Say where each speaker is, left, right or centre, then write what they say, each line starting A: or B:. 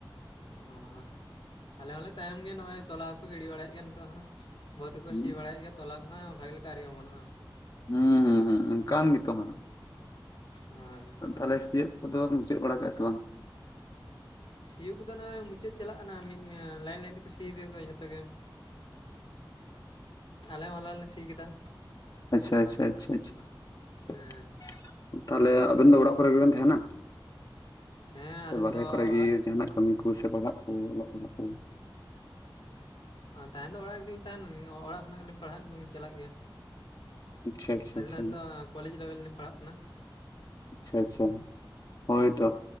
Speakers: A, on the left; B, on the left.
A: ᱚᱸᱻ ᱟᱞᱮ ᱦᱚᱸᱞᱮ ᱛᱟᱭᱚᱢ ᱜᱮ ᱱᱚᱜᱼᱚᱭ ᱛᱚᱞᱟ ᱠᱚ ᱜᱤᱰᱤ ᱵᱟᱲᱟᱭᱮᱜ ᱠᱟᱱ ᱱᱤᱛᱚᱜ ᱦᱚᱸ᱾ ᱵᱟᱹᱫᱽ ᱠᱚᱠᱚ
B: ᱦᱩᱸ
A: ᱥᱤ ᱵᱟᱲᱟᱭᱮᱜ ᱜᱮᱭᱟ ᱛᱚᱞᱟ ᱠᱚᱦᱚᱸ ᱵᱷᱟᱜᱮ ᱞᱮᱠᱟ ᱟᱹᱣᱨᱤ ᱚᱢᱚᱱᱚᱜᱼᱟ ᱾
B: ᱦᱩᱸᱻᱦᱩᱸᱻ ᱚᱱᱠᱟᱱ ᱜᱮᱛᱚ ᱦᱟᱸᱜ ᱾
A: ᱦᱳᱭ
B: ᱛᱟᱦᱞᱮ ᱥᱤᱭᱩᱜ ᱠᱚᱫᱚᱢ ᱢᱩᱪᱟᱹᱫ ᱵᱟᱲᱟ ᱠᱟᱜᱼᱟ ᱥᱮ ᱵᱟᱝ?
A: ᱥᱤᱭᱩᱜ ᱠᱚᱫᱚ ᱱᱚᱜᱼᱚᱭ ᱢᱩᱪᱮᱹᱫ ᱪᱟᱞᱟᱜ ᱱᱟᱦᱟᱸᱜ ᱢᱤᱫ ᱞᱟᱭᱤᱱ ᱞᱟᱭᱤᱱ ᱛᱮᱠᱚ ᱥᱤ ᱣᱟᱠᱟᱫ ᱡᱷᱚᱛᱚ ᱜᱮ᱾ ᱟᱞᱮ ᱦᱚᱞᱟ ᱞᱮ ᱥᱤ ᱠᱮᱫᱟ ᱾
B: ᱟᱪᱪᱷᱟ ᱟᱪᱪᱷᱟ ᱟᱪᱷᱟ ᱟᱪᱷᱟ
A: ᱦᱮᱸ
B: ᱾ ᱛᱟᱦᱚᱞᱮ ᱟᱵᱮᱱ ᱫᱚ ᱚᱲᱟᱜ ᱠᱚᱨᱮ ᱜᱮᱵᱮᱱ ᱛᱟᱦᱮᱱᱟ
A: ᱦᱮᱸ
B: ᱥᱮ
A: ᱟᱹᱞᱤᱧ
B: ᱵᱟᱨᱦᱮ
A: ᱫᱚ
B: ᱠᱚᱨᱮ
A: ᱚᱲᱟᱜ
B: ᱜᱤ
A: ᱨᱮ
B: ᱡᱟᱦᱟᱸᱱᱟᱜ ᱠᱟᱹᱢᱤ ᱠᱚ ᱥᱮ ᱯᱟᱲᱦᱟᱜ ᱠᱚ ᱚᱞᱚᱜ ᱯᱟᱲᱦᱟᱜ ᱠᱚ ᱾
A: ᱮᱸᱻ ᱛᱟᱦᱮᱱ ᱫᱚ ᱚᱲᱟᱜ ᱨᱮᱜᱮ ᱞᱤᱧ ᱛᱟᱦᱮᱱ ᱚᱲᱟᱜ ᱠᱷᱚᱱᱟᱜ ᱜᱮᱞᱤᱧ ᱯᱟᱲᱦᱟᱜ ᱫᱚᱧ ᱪᱟᱞᱟᱜ ᱜᱮᱭᱟ ᱾
B: ᱟᱪᱪᱷᱟ ᱟᱪᱪᱷᱟ
A: ᱟᱞᱮ
B: ᱟᱪᱪᱷᱟ
A: ᱫᱚ ᱠᱚᱞᱮᱡᱽ ᱞᱮᱵᱮᱞ ᱞᱤᱧ ᱯᱟᱲᱦᱟᱜ ᱠᱟᱱᱟ ᱾
B: ᱟᱪᱪᱷᱟ ᱟᱪᱪᱷᱟ ᱦᱳᱭᱛᱚ